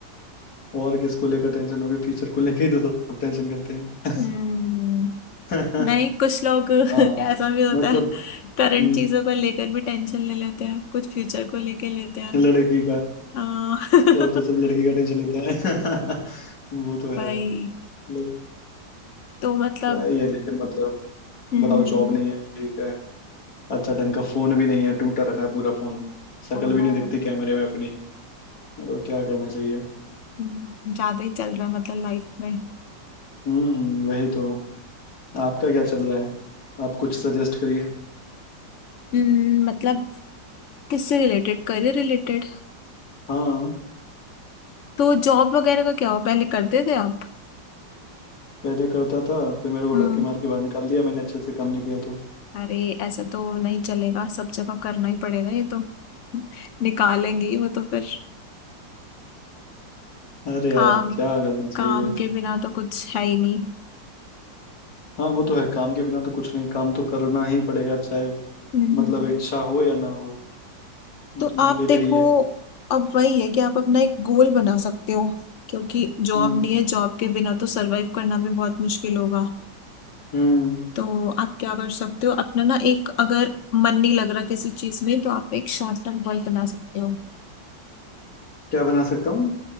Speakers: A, on the left; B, on the left.
A: और किसको लेकर टेंशन होगी फ्यूचर को लेकर ही तो सब टेंशन करते हैं
B: हम्म
A: <laughs>
B: नहीं कुछ लोग <laughs>
A: हाँ
B: ऐसा भी होता
A: मतलब
B: है करंट
A: हम्म,
B: चीजों को लेकर भी टेंशन ले लेते हैं कुछ फ्यूचर को लेकर लेते हैं
A: लड़की का
B: हाँ
A: और तो सब
B: <laughs>
A: लड़की का टेंशन लेते हैं <laughs> वो तो है
B: भाई
A: लेकिन
B: तो मतलब
A: क्या ही है लेकिन मतलब
B: हम्म
A: बताओ
B: हम्म,
A: जॉब नहीं है ठीक है अच्छा ढंग का फोन भी नहीं है टूटा रखा है पूरा फोन शक्ल
B: ओहो
A: भी नहीं दिखती कैमरे में अपनी मतलब क्या करना चाहिए
B: हम्म, ज्यादा ही चल रहा है मतलब लाइफ में
A: हम्म वही तो आपका क्या चल रहा है आप कुछ सजेस्ट करिए
B: हम्म मतलब किससे रिलेटेड करियर रिलेटेड
A: हाँ
B: तो जॉब वगैरह का क्या हुआ पहले करते थे आप
A: पहले करता था फिर मेरे को
B: हम्म
A: धक्के मार के बाहर निकाल दिया मैंने अच्छे से काम नहीं किया तो
B: अरे ऐसा तो नहीं चलेगा सब जगह करना ही पड़ेगा ये तो निकालेंगे ही वो तो फिर
A: <laughs> अरे यार
B: काम
A: क्या करना चाहिए
B: काम के बिना तो कुछ है ही नहीं
A: हाँ वो तो है काम के बिना तो कुछ नहीं काम तो करना ही पड़ेगा चाहे
B: हम्म
A: मतलब इच्छा हो या ना हो वो
B: तो
A: तो
B: आप
A: मैंडेटरी
B: देखो
A: है
B: अब वही है कि आप अपना एक गोल बना सकते हो क्योंकि जॉब
A: हम्म
B: नहीं है जॉब के बिना तो सरवाइव करना भी बहुत मुश्किल होगा
A: हम्म
B: तो आप क्या कर सकते हो अपना ना एक अगर मन नहीं लग रहा किसी चीज में तो आप एक शॉर्ट टर्म गोल बना सकते हो
A: क्या बना सकता हूँ